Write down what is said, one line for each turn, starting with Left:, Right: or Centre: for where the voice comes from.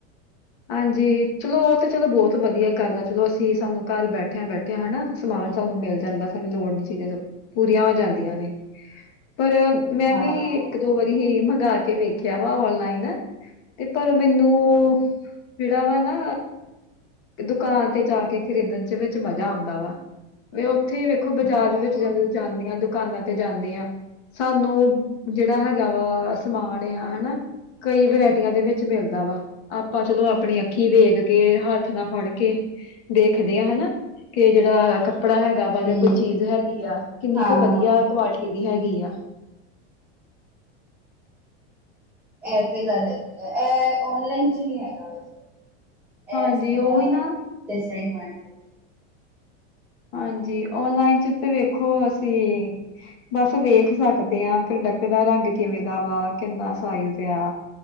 Left: ਹਾਂਜੀ, ਚਲੋ ਉਤੇ ਚਲੋ ਬੋਤ ਵਧੀਆ ਗੱਲ ਆ ਚਲੋ ਅਸੀਂ ਸਾਨੂੰ ਘਰ ਬੈਠਿਆਂ ਬੈਠੇ ਤੇ ਹਨਾਂ ਸਮਾਨ ਸਾਨੂੰ ਮਿਲ ਜਾਂਦਾ ਸਾਨੂੰ ਲੋੜ ਦੀ ਚੀਜ਼ਾ ਚੂ ਪੂਰੀਆਂ ਹੋ ਜਾਂਦੀਆਂ ਨੇ। ਪਰ ਮੈਂ
Centre: ਹਾਂ
Left: ਵੀ ਇੱਕ, ਦੋ ਵਾਰੀ ਹੀ ਮੰਗਾ ਕੇ ਵੇਖਿਆ ਵਾ ਅੋੰੰਨਲਾਈਨ। ਤੇ ਪਰ ਮੈਨੂੰ ਜੇੜਾ ਵਾ ਨਾ ਦੁਕਾਨ ਤੇ ਜਾਕੇ ਖਰੀਦਨ ਵਿੱਚ ਮਜਾ ਆਂਦਾ ਵਾ। ਵੀ ਉੱਥੇ ਵੇਖੋ ਬਾਜ਼ਾਰ
Centre: ਹਾਂ
Left: ਵਿੱਚ
Centre: ਉਹ
Left: ਜਾਨੇ ਆ, ਦੁਕਾਨਾਂ ਤੇ ਜਾਨੇ ਆ। ਸਾਨੂੰ ਜੇਹੜਾ ਹੈਗਾ ਵਾ ਸਮਾਨ ਆ ਹਨਾ ਕਈ ਵਰਾਇਟੀਆਂ ਦੇ ਵਿੱਚ ਮਿਲਦਾ ਵਾ। ਆਪਾਂ ਚਲੋ ਆਪਨੀ ਅੱਖੀਂ ਵੇਖਕੇ ਹੱਥ ਨਾ ਫਾੜਕੇ ਦੇਖਦੇ ਆ ਹਨਾਂ, ਕੇ ਜੇੜਾ ਕੱਪੜਾ ਹੈਗਾ ਵਾ
Centre: ਹਮ
Left: ਜਾਂ ਕੋਈ ਚੀਜ਼ ਹੈਗੀ ਆ ਕਿੰਨੀ
Centre: ਹਾਂ
Left: ਕ ਵਧੀਆ ਕੁਆਲਿਟੀ ਦੀ ਹੈਗੀ ਆ।
Centre: ਐ ਤੇ ਗੱਲ ਹੈਗੀ ਆ, ਐ ਔਨਲਾਈਨ ਚ ਨੀ ਹੈਗਾ ਵੈਸੇ। ਏਹ
Left: ਹਾਂਜੀ
Centre: ਥੋੜ੍ਹਾ
Left: ਉਹੀ ਨਾ
Centre: ਡਿਸਐਡ <unintelligible>
Left: ਹਾਂਜੀ, ਅੋੰੰਨਲਾਈਨ ਚ ਤੇ ਵੇਖੋ ਅਸੀਂ ਬਸ ਵੇਖ ਸਕਦੇ ਆ ਪ੍ਰੋਡਕਟ ਦਾ ਰੰਗ ਕਿਵੇਂ ਦਾ ਵਾ ਕਿੰਨਾ ਸਾਈਜ਼ ਆ।